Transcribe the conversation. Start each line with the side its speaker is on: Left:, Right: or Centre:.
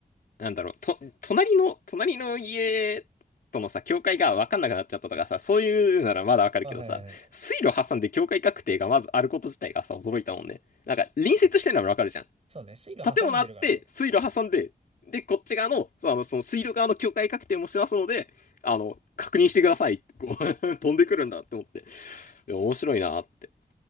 Left: なんだろう、と、隣の、隣の家とのさ、境界が分かんなくなっちゃったとかさ、そういうならまだ分かるけどさ、
Right: あ、はいはいはい。
Left: 水路挟んで境界確定がまずあること自体がさ、驚いたもんね。なんか、隣接してるのは分かるじゃん。
Right: そうね。水路挟んでるからね。
Left: 建物あって、水路挟んで、で、こっち側の、そのあのその水路側の境界確定もしますので、あの、確認してくださいってこう <laughs> 飛んでくるんだって思って、いや面白いなって。